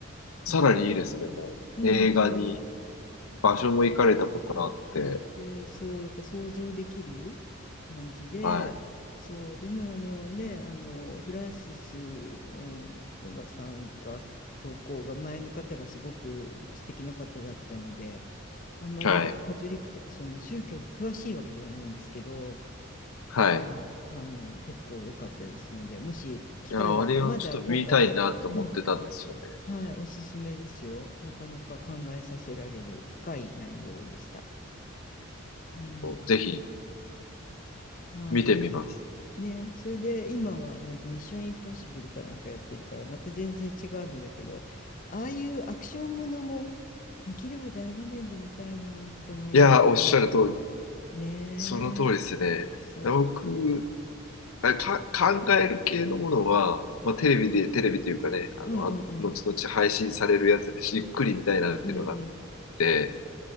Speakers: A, on the left (about 85°); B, on the left (about 40°).
A: さらにいいですね、
B: うん。
A: もう。
B: うん、
A: 映画に、
B: そう。
A: 場所も行かれたことあって、
B: 言ってて、そう、だから想像できる感じで、
A: は
B: そう、でもあのね、あの、フランシス、うんがさんが、教皇が前の方がすごく素敵な方だったので、あんまりカトリックとかその宗教に詳しいわけではないんですけど、
A: い、はい、はい。
B: はい、あの、結構良かったですので、もし機会があったら、
A: いや、あれをちょっと見たいなと思ってたんですよね。
B: まだ公開していく。うん、はい、おすすめですよ。なかなか考えさせられる深い内容でした。うん。
A: そうぜひ、
B: は
A: 見てみます。
B: い。ね、それで今はなんかミッションインポッシブルかなんかやってるから、また全然違うのだけど、ああいうアクションものもできれば大画面で見たいなって思いながら、
A: いや、おっしゃる通り、
B: ねえ、
A: その通りですね。
B: そ
A: 僕、あれか、考える系のものは、まあ、テレビで、テレビというかね、あの、
B: う。うんうんうん。
A: あ後々配信されるやつでじっくり見たいなっていうのがあっ
B: うんうん。
A: て、